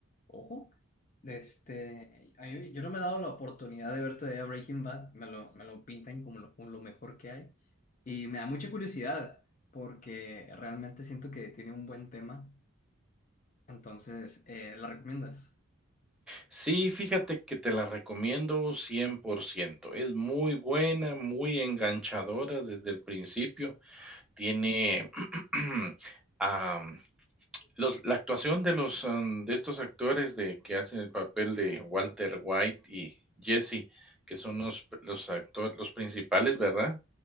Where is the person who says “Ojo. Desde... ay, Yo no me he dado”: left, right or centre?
Left